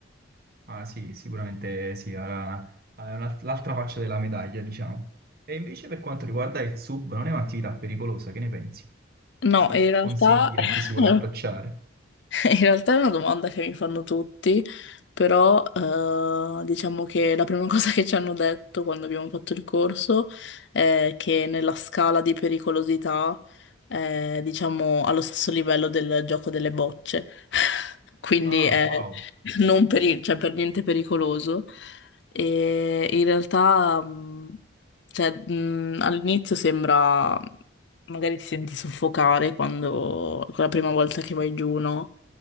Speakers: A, on the right; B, on the left.
A: Ah sì, sicuramente sì, ha- ha una- l'altra faccia della medaglia, diciamo. E invece per quanto riguarda il sub, non è un'attività pericolosa, che ne pensi?
B: No,
A: Cosa
B: in realtà
A: consigli a
B: <laughs>
A: chi si vuole approcciare?
B: <laughs> In realtà è una domanda che mi fanno tutti, però eh, diciamo che la prima <laughs> cosa che ci hanno detto quando abbiamo fatto il corso è che nella scala di pericolosità è, diciamo, allo stesso livello del gioco delle bocce, <laughs> quindi
A: Ah,
B: è
A: wow.
B: non peri- cioè, per niente pericoloso. E in realtà, mh, cioè, mh, all'inizio sembra magari ti senti soffocare quando, la prima volta che vai giù, no?